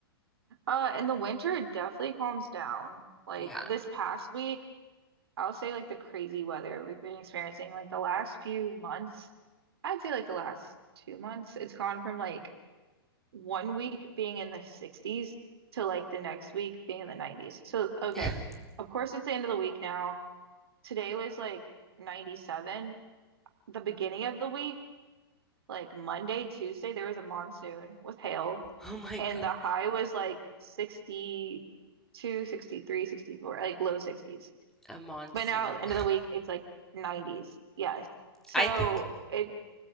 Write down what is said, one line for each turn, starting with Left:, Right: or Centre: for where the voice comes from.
Right: Uh, in the winter, it definitely calms down. Like
Centre: Yeah.
Right: this past week, I'll say like the crazy weather we've been experiencing, like the last few months, I'd say like the last two months, it's gone from like one week being in the 60s to like the next week being in the 90s. So, okay,
Centre: <laughs>
Right: of course, it's the end of the week now. Today was like 97. The beginning of the week like Monday, Tuesday, there was a monsoon with hail,
Centre: Oh my
Right: and
Centre: God.
Right: the high was like sixty, two, sixty three, sixty four, like low 60s.
Centre: A monsoon.
Right: But now, end of the week, it's like 90s. Yes.
Centre: <laughs>
Right: So
Centre: I think
Right: it